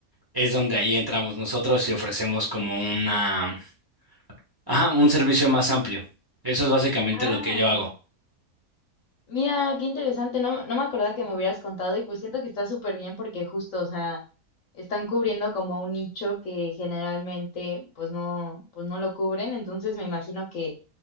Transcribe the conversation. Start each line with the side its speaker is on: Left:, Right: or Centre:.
Right: es donde ahí entramos nosotros y ofrecemos como una, ajá, un servicio más amplio. Eso es básicamente
Left: Ah,
Right: lo que yo hago.
Left: mira, qué interesante. No, no me acordaba que me hubieras contado y pues siento que está súper bien porque justo, o sea, están cubriendo como un nicho que generalmente pues no, pues no lo cubren. Entonces me imagino que